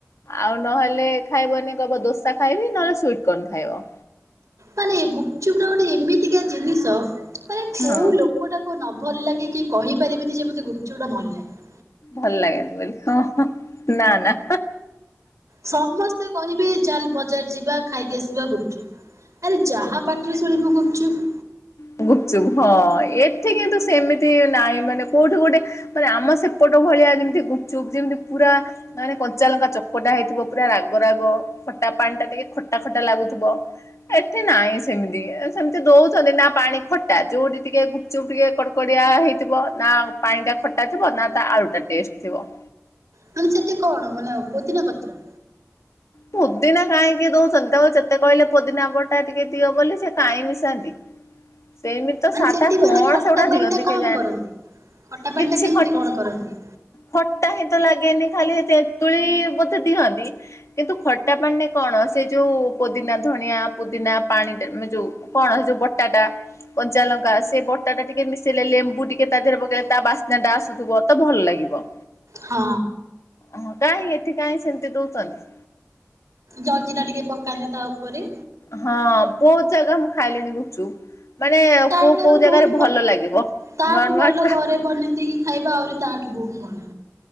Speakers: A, on the left; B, on the right.
A: ଆଉ ନହେଲେ ଖାଇବନି କବ ଦୋସା ଖାଇବି ନହେଲେ ସ୍ଵିଟକର୍ଣ୍ଣ ଖାଇବ।
B: ମାନେ ଗୁପଚୁପ ଟା ଗୋଟେ ଏମିତିକା ଜିନିଷ ମାନେ କୋଉ
A: ହଁ
B: ଲୋକ କଟାକୁ ନ ଭଲ ଲାଗି କି କହିପାରିବେନି ଯେ ମତେ ଗୁପ୍ଚପଟା ଭଲ ଲାଗେନା।
A: ଭଲ ଲାଗେନି ବୋଲି ହଁ ହଁ ନା ନା।
B: ସମସ୍ତେ କହିବେ ଚାଲ ବଜାର ଯିବା ଖାଇକି ଆସିବା ଗୁପ୍ ଚୁପ୍ ଆରେ ଯାହା ପାଟିରେ ଶୁଣିବୁ ଗୁପ୍ ଚୁପ୍।
A: ଗୁପଚୁପ ହଁ ଏଠି କିନ୍ତୁ ସେମିତି ନହିଁ ମାନେ କୋଉଠି ଗୋଟେ ପରା ଆମ ସେପଟ ଭଳିଆ ଯେମିତି ଗୁପ ଚୁପ ଯେମିତି ପୁରା ମାନେ କଞ୍ଚାଲଙ୍କା ଚକଟା ହେଇଥିବ ପୁରା ରାଗ ରାଗ। ଖଟା ପାଣି ଟା ଟିକେ ଖଟା ଖଟା ଲାଗୁଥୁବ। ଏଥି ନାଇଁ ସେମିତି ସେମିତି ଦଉଛନ୍ତି ନା ପ ପାଣି ଖଟା, ଯୋଉଠି ଟିକେ ଗୁପଚୁପ ଟିକେ କଡକଡିଆ ହେଇଥିବ ନା ପାଣି ଟା ଖ ଟା ଥିବ ନା ତା ଆଳୁ ଟା ଟେଷ୍ଟ ଥିବ।
B: ମାନେ ସେଠି କଣ ମାନେ ଆଉ ପୋଦିନା ପତ୍ର।
A: ପୁଦିନା କାଇଁ କିଏ ଦଉଚନ୍ତି ତାକୁ ଯେତେ କହିଲେ ପୁଦିନା ବଟା ଟିକେ ଦିଅ ବୋଲି ସେ କାଇଁ ମିଶାନ୍ତି। ସେମିତି ତ
B: ମାନେ
A: ସାଧା
B: ସେଠି
A: କଣ
B: ମାନେ ଖଟା
A: ସେଗୁଡା ଦିଅନ୍ତି
B: ପାଣି ଟା କଣ
A: କେଜାଣି
B: କରନ୍ତି? ଖାଟା ପାଣି
A: କିଛି
B: ଟା କେମିତି
A: ଖ
B: କଣ କରନ୍ତି?
A: ଖଟା ହିଁ ତ ଲାଗେନି ଖାଲି ତେନ୍ତୁଳି ବୋଧେ ଦିଅନ୍ତି। କିନ୍ତୁ ଖଟା ପଣିରେ କଣ ସେ ଯୋଉ ପୋଦିନା, ଧଣିଆ, ପୁଦିନା ପାଣି ଟେ ନେ ଯୋଉ କଣ ଯୋଉ ବଟା ଟା। କଞ୍ଚାଲଙ୍କା ସେ ବଟା ଟା ଟିକେ ମିଶେଇଲେ, ଲେମ୍ବୁ ଟିକେ ତା ଦେହରେ ପକେଇଲେ ତା ବାସ୍ନା ଟା ଆସୁଥୁବ। ତ ଭଲ ଲାଗିବ।
B: ହଁ।
A: ହଁ। କାହିଁ ଏଠି କାଇଁ ସେମିତି ଦଉଚନ୍ତି।
B: ଜଲଜିରା ଟିକେ ପକାନ୍ତି ତା ଉପରେ।
A: ହଁ ବହୁତ ଜାଗା ମୁଁ ଖାଇଲିଣି ଗୁପଚୁପ୍। ମାନେ
B: ତା
A: କୋଉ
B: ଠାରୁ
A: କୋଉ ଜାଗାରେ
B: ବହୁତ
A: ଭଲ ଲାଗିବ
B: ତାଠୁ
A: ନୂଆ ନୂଆ
B: ଭଲ
A: ଟ୍ରା
B: ଘରେ ବନେଇ ଦେଇକି ଖାଇବା ଆହୁରି ତାଠୁ ବହୁତ ଭଲ।